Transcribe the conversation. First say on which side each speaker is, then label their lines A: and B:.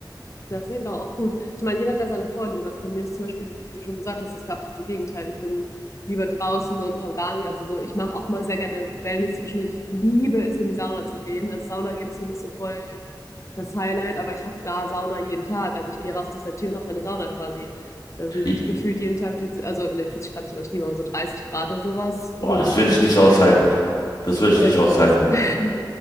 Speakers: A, on the left; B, on the left.
A: Das ist doch auch gut. Ich meine, jeder hat da seine Vorlieben. Also bei mir ist zum Beispiel, wie du schon gesagt hast, das absolute Gegenteil. Ich bin lieber draußen und habe gar nicht. Also so, ich mache auch mal sehr gerne Wellness zwischendurch. Ich liebe es, in die Sauna zu gehen. Also Sauna gehen ist für mich so voll das Highlight, aber ich habe da Sauna jeden Tag. Also ich gehe raus aus der Tür und habe meine Sauna quasi. Da sind
B: Ich,
A: gefühlt jeden Tag 40, also ne, 40 Grad ist übertrieben, aber so 30 Grad oder sowas,
B: oh,
A: hohe
B: das
A: Luftfeuchtigkeit.
B: würde ich nicht aushalten. Das würde ich
A: Doch
B: nicht
A: ich
B: aushalten.
A: liebe das. <laughs>